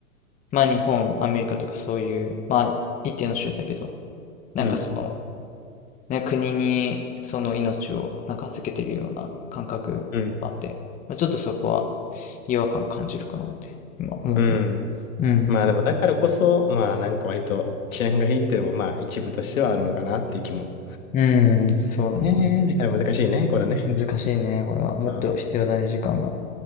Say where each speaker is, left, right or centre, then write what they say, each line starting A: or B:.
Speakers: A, on the left; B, on the left.
A: まあ日本、アメリカとかそういう、まあ一定の州だけど、なんかその、
B: うん。うん。
A: ね、国にその命をなんか預けてるような感覚があって、
B: うん。
A: まあ、ちょっとそこは違和感感じるかなって今思った。
B: うん。
A: うん。
B: まあでもだからこそ、まあなんか割と治安がいいっていうのもまあ一部としてはあるのかなっていう気も。
A: うん、そうだね。
B: ええね。だから難しいね、これね。
A: 難しいね、これは。もっと必要だね、
B: うん。
A: 時間が。